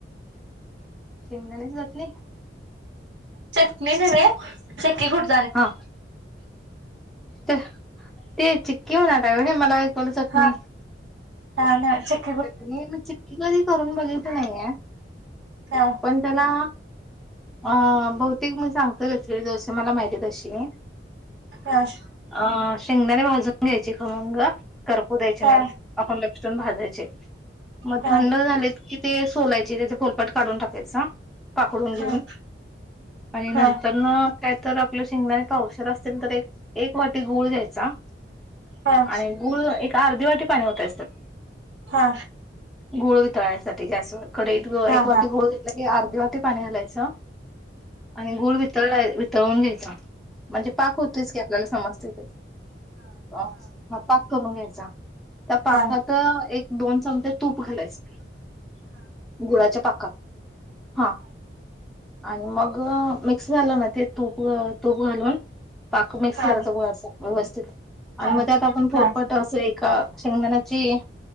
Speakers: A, in the centre; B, on the right (about 80°).
A: शेंगदाण्याची चटणी-
B: चटणीच नाही चिक्की गुड-
A: हा, ते चिक्की म्हणालाय होय, मला- ऐकवलं चटणी.
B: हा, काय नाही चिक्-
A: चटणी मी चिक्की कधी करून बघितली नाहीये,
B: हा
A: पण त्याला- अ.. बहुतेक मी सांगतो रसीपी जशी मला माहिती तशी.
B: कॅश-
A: अ.. शेंगदाणे भाजून घ्यायची खमंग करपू द्यायचे
B: हा
A: नाहीत,
B: हा
A: आपण लक्ष ठेवून भाजायचे- मग
B: हा
A: थंड झालेत की, ते सोलायचे त्याचे फोलपाट काढून टाकायचा- पाकडून घेऊन
B: हा
A: आणि नंतर-
B: हा
A: रन काय तर आपल्या शेंगदाणे पावशर असतील तर एक एक वाटी गुळ घ्यायचा-
B: हा हा
A: आणि गुळ एक अर्धी वाटी पाणी वतायच त्यात-
B: हा.
A: गुळ वितळायसाठी गॅसवर, कढईत
B: हा
A: एक
B: हा हा
A: वाटी गुळ घे- लघे अर्धी वाटी पाणी घालायचं आणि गुळ वितळलाय वितळून घ्यायच- म्हणजे पाक होतोयच की, आपल्याला समजत ते- अ हा पाक करून घ्यायचा त्या पाकात-
B: हा
A: तर एक दोन चमचे तूप घालायचं- गुळाच्या पाकात हा आणि मग- मिक्स झालं ना ते तूप, तूप घालून पाक मिक्स
B: हा
A: करायचं गुळाच व्यवस्थित-
B: हा
A: आणि
B: हा
A: मग आता आपण फोलपाट
B: हा
A: असे एका शेंगदाणाची-